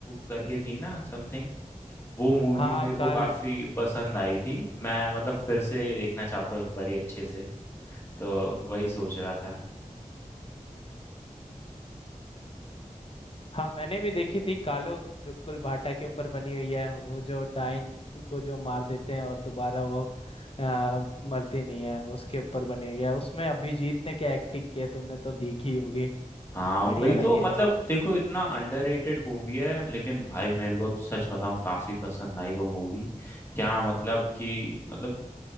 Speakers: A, on the left; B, on the left.
A: करके थी ना समथिंग वो मूवी
B: हाँ
A: मेरे को
B: काल
A: काफी पसंद आई थी मैं मतलब फिर से देखना चाहता हूँ एक बार अच्छे से तो वही सोच रहा था
B: हाँ मैंने भी देखी थी कालो जो कुलभाटा के ऊपर बनी हुई है वो जो डाइन को जो मार देते हैं और दोबारा वो आ, मरती नहीं है उसके ऊपर बनी हुई है उसमें अभिजीत ने क्या एक्टिंग की है तुमने तो देखी होगी
A: हाँ
B: बढ़िया
A: वही
B: लगी
A: तो मतलब
B: थी
A: देखो इतना अंडररेटेड मूवी है लेकिन भाई मेरे को तो सच बताऊँ काफी पसंद आई वो मूवी क्या मतलब कि मतलब